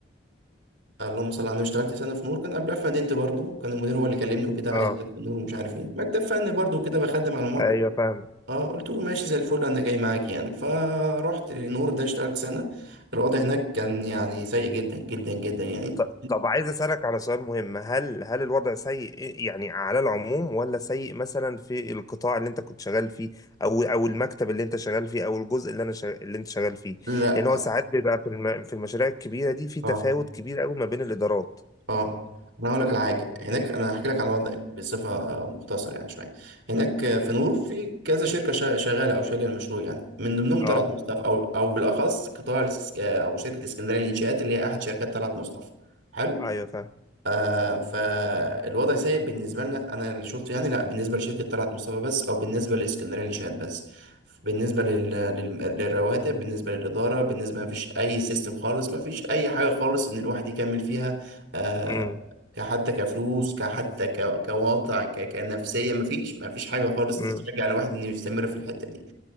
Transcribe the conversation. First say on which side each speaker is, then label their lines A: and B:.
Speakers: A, on the right; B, on the left.
A: اللهم صل على النبي اشتغلت سنه في نور كان قبلها في مدينتي برضو كان المدير هو اللي كلمني وكده عايز
B: اه
A: يبدأ في نور ومش عارف ايه مكتب فني برضو كده بخدم على الموقع
B: ايوه فاهم
A: اه قلت له ماشي زي الفل انا جاي معاك يعني فروحت نور ده اشتغلت سنه الوضع هناك كان يعني سيء جدا جدا جدا يعني
B: ط- طب عايز اسالك على سؤال مهم هل هل الوضع سيء يعني على العموم ولا سيء مثلا في القطاع اللي انت كنت شغال فيه او او المكتب اللي انت شغال فيه او الجزء اللي انا شغ... اللي انت شغال فيه
A: لا
B: لان هو ساعات بيبقى في الم... في المشاريع الكبيره دي في
A: اه
B: تفاوت كبير قوي ما بين الادارات
A: اه انا هقول لك على حاجه هناك انا هحكي لك على الوضع بصفه مختصر يعني شويه هناك في نور في كذا شركه شا- شغاله او شايله المشروع يعني من ضمنهم
B: اه
A: طلعت مصطفى او او بالاخص قطاع الاس- او شركه اسكندريه للانشاءات اللي هي احد شركات طلعت مصطفى حلو
B: ايوه فاهم
A: آه فالوضع سيء بالنسبة لنا أنا اللي شفته يعني لا بالنسبة لشركة طلعت مصطفى بس أو بالنسبة لإسكندرية للشهاد بس بالنسبة لل... لل... للرواتب بالنسبة للإدارة بالنسبة ما فيش أي سيستم خالص ما فيش أي حاجة خالص إن الواحد يكمل فيها آه
B: امم
A: كحتى كفلوس كحتى ك... كوضع ك... كنفسية ما فيش ما فيش حاجة خالص
B: امم
A: تشجع الواحد إنه يستمر في الحتة دي